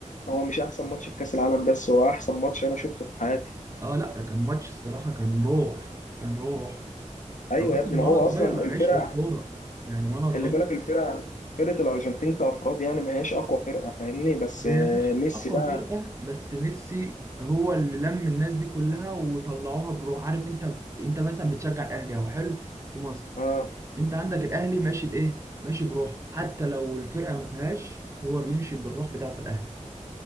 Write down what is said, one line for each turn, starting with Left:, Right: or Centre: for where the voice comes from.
Left: هو مش أحسن ماتش في كأس العالم بس هو أحسن ماتش أنا شفته في حياتي
Right: اه لا كان ماتش الصراحه كان روح كان روح
Left: أيوه
Right: انا اصلا
Left: يا ابني
Right: من
Left: ما
Right: وانا
Left: هو
Right: صغير
Left: أصلا الفرقة
Right: عايش الكوره يعني من وانا
Left: خلي
Right: صغير
Left: بالك الفرقة فرقة الأرجنتين كأفراد يعني ما هياش أقوى فرقة فاهمني بس
Right: هي
Left: آه،
Right: مش
Left: ميسي
Right: اقوى
Left: بقى
Right: فرقه بس ميسي هو اللي لم الناس دي كلها وطلعوها بروح عارف انت انت مثلا بتشجع الاهلي او حلو في مصر
Left: اه
Right: انت عندك الاهلي ماشي بايه ماشي بروحه حتى لو الفرقه ما فيهاش هو بيمشي بالروح بتاعه الاهلي